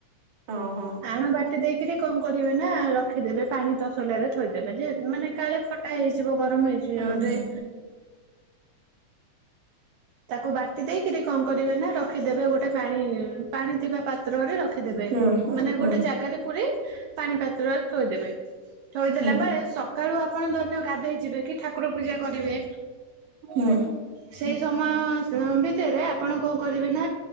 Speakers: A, on the right (about 50°); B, on the right (about 75°).
A: ଓହୋ।
B: ଆଣ ବାଟି ଦେଇକିରି କଣ କରିବେ ନା ରଖିଦେବେ ପାଣି ତସଲାରେ ଥୋଇଦେବେ ଯେ ମାନେ କାଳେ ଖଟା ହେଇଯିବ ଗରମ ହେଇଚି
A: ହୁଁ
B: ଜୋରରେ।
A: ହୁଁ
B: ତାକୁ ବାଟି ଦେଇକିରି କଣ କରିବେ ନା ରଖିଦେବେ ଗୋଟେ ପାଣି ପାଣି ଥିବା ପା ତ୍ର ରେ ରଖିଦେବେ
A: ହୁଁ ହୁଁ
B: ମାନେ
A: ହୁଁ
B: ଗୋଟେ ଜାଗା ରେ ପୁରେଇ ପାଣି ପାତ୍ର ରେ ଥୋଇଦେବେ। ଥୋଇଦେଲା
A: ହୁଁ
B: ପରେ ସକାଳୁ ଆପଣ ଧରି ନିଅ ଗାଧେଇ ଯିବେ କି ଠାକୁର ପୂଜା କରିବେ।
A: ହୁଁ।
B: ସେଇ ସମୟ ଉଁ ଭିତରେ ଆପଣ କଣ କରିବେ ନା